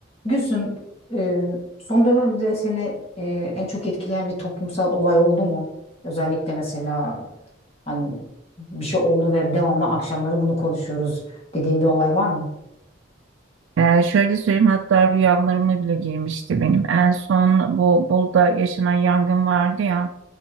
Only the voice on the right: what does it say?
Ee, şöyle söyleyeyim hatta rüyalarıma bile girmişti benim. En son bu Bolu'da yaşanan yangın vardı ya